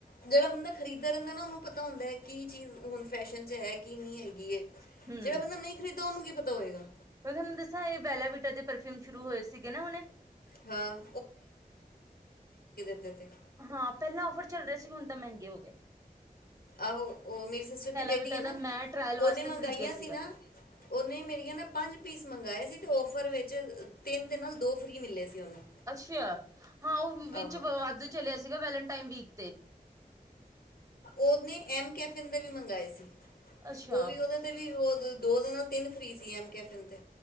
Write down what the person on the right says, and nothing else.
ਹਮ
ਮੈਂ ਤੁਹਾਨੂੰ ਦੱਸਾਂ ਏ ਬੈਲਾਵੀਟਾ ਦੇ ਪਰਫਿਊਮ ਸ਼ੁਰੂ ਹੋਏ ਸੀਗੇ ਨਾ ਹੁਣੇ
ਹਾਂ, ਪਹਿਲਾਂ ਔਫਰ ਚੱਲ ਰਿਆ ਸੀ, ਹੁਣ ਤਾਂ ਮੈੰਗੇ ਹੋ ਗੇ।
ਵਿਟਾ
ਦਾ ਮੈਂ ਟਰਾਇਲ ਵਾਸਤੇ
ਖਰੀਦਿਆ ਸੀਗਾ
ਅੱਛਾ, ਹਾਂ ਔ ਵਿੱਚ
ਵਾਧੂ ਚਲਿਆ ਸੀਗਾ ਵੈਲਟਾਈਨ ਵੀਕ ਤੇ
ਅੱਛਾ